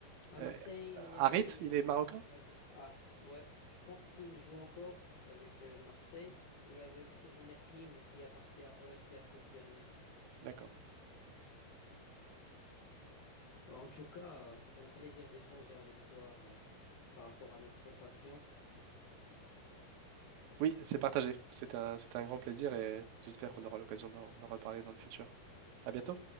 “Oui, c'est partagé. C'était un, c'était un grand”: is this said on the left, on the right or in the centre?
Right